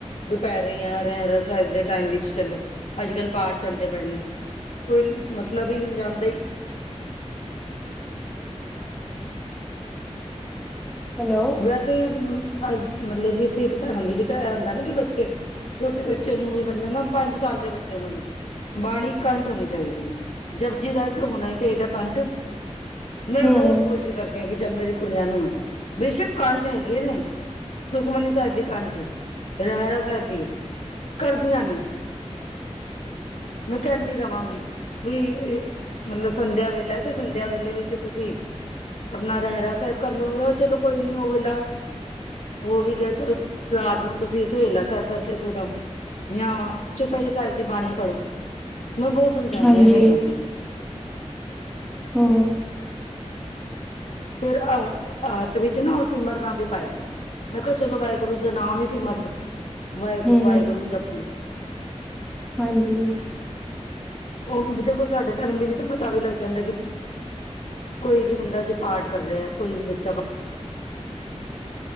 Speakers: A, on the left; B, in the centre.
A: ਦੁਪੈਰੇ ਯਾਂ ਰਹਿਰਾਸ ਸਾਹਿਬ ਦੇ ਟਾਈਮ ਵਿੱਚ ਈ ਚਲੋ, ਅੱਜ ਕੱਲ੍ਹ ਪਾਠ ਚੱਲਦੇ ਪਏ ਨੇ ਕੋਈ ਮਤਲਬ ਈ ਨਈ ਜਾਂਦੇ ਈ।
B: ਹੈਲੋ।
A: ਵੈਸੇ ਅਜ ਮਤਲਬ ਕਿ ਸਿੱਖ ਧਰਮ ਦੇ ਵਿਚ ਐ ਹੁੰਦਾ ਨਾ ਕਿ ਬੱਚੇ ਛੋਟੇ ਬੱਚੇ ਬੱਚੇ ਨੂੰ ਵੀ ਮਤਲਬ ਨਾ ਪੰਜ ਸਾਲ ਦੇ ਬੱਚੇ ਨੂੰ ਵੀ। ਬਾਣੀ ਕੰਟ ਹੋਨੀ ਚਾਈਦੀ ਏ, ਜਪਜੀ ਸੈਬ ਤੇ ਹੋਨਾ ਈ ਚਾਈਦਾ ਕੰਟ। ਮੈਂ
B: ਹਮ
A: ਬੋਤ ਕੋਸ਼ਿਸ਼ ਕਰਦੀ ਹਾਂ ਕਿ ਚਲ ਮੇਰੀ ਕੁੜੀਆਂ ਨੂੰ ਹੈ। ਬੇਸ਼ੱਕ ਕੰਠ ਹੈਗੇ ਨੇ, ਸੁਖਮਨੀ ਸਾਹਿਬ ਵੀ ਕੰਠ ਏ। ਰਹਰਾਸ ਸਾਹਿਬ ਬੀ ਐ, ਕਰਦੀਆਂ ਨਈ।
B: ਹਾਂ <inaudible>
A: ਮੈਂ ਕੈਂਦੀ ਰਵਾਂਗੀ। ਵੀ ਮਤਲਬ ਸੰਧਿਆ ਵੇਲਾ ਏ, ਤੇ ਸੰਧਿਆ ਵੇਲੇ ਵਿ ਚ ਤੁਸੀਂ। ਆਪਨਾ ਰਹਿਰਾਸ ਸਾਹਿਬ ਕਰਲੋ ਯਾ ਚਲੋ ਕੋਈ ਨੀ ਉ ਵੇਲਾ ਹੋ ਵੀ ਗਿਆ ਚਲੋ ਰਾਤ ਨੂੰ ਤੁਸੀਂ ਸਸਹੇਲਾ ਸਾਹਿਬ ਕਰਕੇ ਸੋ ਜਾਓ ਯਾਂ ਚੋਪਈ ਸੈਬ ਦੀ ਬਾਣੀ ਪੜ੍ਹੋ, ਮੈ ਬੋਤ ਸਮਝਾਦੀ
B: ਹਾਂਜੀ,
A: ਆਂ ਨਈ ਕਰਦੀਆਂ।
B: ਹੂੰ
A: ਫੇਰ ਆ ਹਾਥ ਵਿੱਚ ਨਾ ਉ ਸਿਮਰਨਾ ਵੀ ਪਾਇਐ। ਮੈਂ ਕਿਹਾ ਚਲੋ ਵਾਹਿਗੁਰੂ ਦਾ ਨਾਮ ਹੀ ਸਿਮਰਲੋ, ਵਾਹਿਗੁਰੂ,
B: ਹੂੰ,
A: ਵਾਹਿਗੁਰੂ ਜਪ ਲੋ।
B: ਹਾਂਜੀ।
A: ਉਹ ਦੇਖੋ ਸਾਡੇ ਧਰਮ ਦੀ ਜਿਥੋ ਪਤਾ ਵੀ ਲੱਗ ਜਾਂਦਾ ਕਿ ਕੋਈ ਵੀ ਬੰਦਾ ਜੇ ਪਾਠ ਕਰ ਰਿਹਾ, ਕੋਈ ਵੀ ਬੱਚਾ